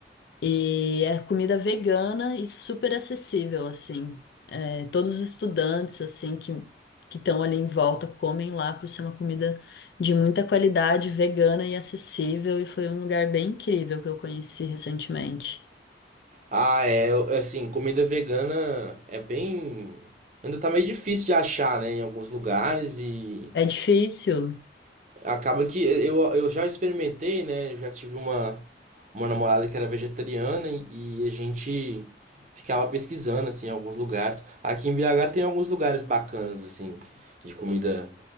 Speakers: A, on the left (about 70°); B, on the right (about 40°).
A: E é comida vegana e super acessível, assim. É, todos os estudantes, assim, que que estão ali em volta comem lá por ser uma comida de muita qualidade, vegana e acessível. E foi um lugar bem incrível que eu conheci recentemente.
B: Ah, é, eu- assim, comida vegana é bem. Ainda tá meio difícil de achar, né, em alguns lugares e
A: É difícil,
B: acaba que eu, eu já experimentei, né, eu já tive uma, uma namorada que era vegetariana e, e a gente ficava pesquisando, assim, em alguns lugares. Aqui em BH tem alguns lugares bacanas, assim, de comida